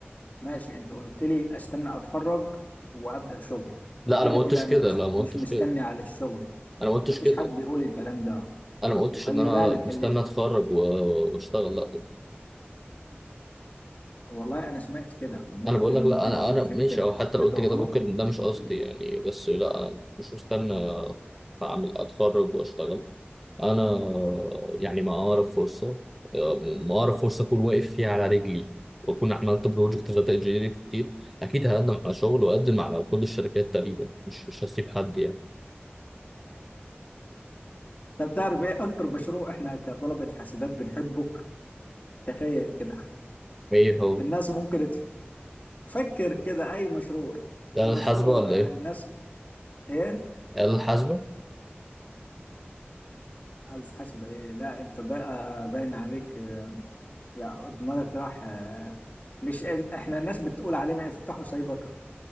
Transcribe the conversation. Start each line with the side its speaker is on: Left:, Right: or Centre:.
Left: ماشي أنت قلت لي أستنى أتخرج وأبدأ شغل
Centre: لا
Left: وكده
Centre: انا ما قلتش
Left: كده أنا
Centre: كده
Left: مش
Centre: لا ما
Left: مش
Centre: قلتش
Left: مستني
Centre: كده
Left: على الشغل
Centre: انا ما قلتش
Left: مفيش
Centre: كده
Left: حد بيقول الكلام ده
Centre: انا ما قلتش
Left: وخلي
Centre: ان انا
Left: بالك
Centre: مستني
Left: اللي
Centre: اتخرج و- واشتغل لا
Left: والله انا سمعت كده ممكن
Centre: انا بقول لك لا
Left: ممكن
Centre: انا
Left: اكون
Centre: انا
Left: فهمت
Centre: ماشي
Left: الحاجه
Centre: او حتى لو قلت
Left: غلط
Centre: كده ممكن ده مش قصدي يعني بس لا أنا مش مستني اعمل اتخرج واشتغل انا يعني ما اعرف فرصه ما اعرف فرصه اكون واقف فيها على رجلي واكون عملت بروجكت داتا انجينيرنج كتير اكيد هقدم على شغل واقدم على كل الشركات تقريبا مش مش هسيب حد يعني
Left: انت بتعرف ايه اكتر مشروع احنا كطلبه حاسبات بنحبه <laughs> تخيل كده
Centre: ايه هو
Left: الناس ممكن تفكر كده اي مشروع
Centre: ده
Left: المشروع
Centre: آلة حاسبة ولا إيه؟
Left: آه، الناس ايه
Centre: آلة حاسبة؟
Left: على حسب ايه لا انت بقى باين عليك آه، لا دماغك راح آه، مش إن- احنا الناس بتقول علينا افتحوا سايبر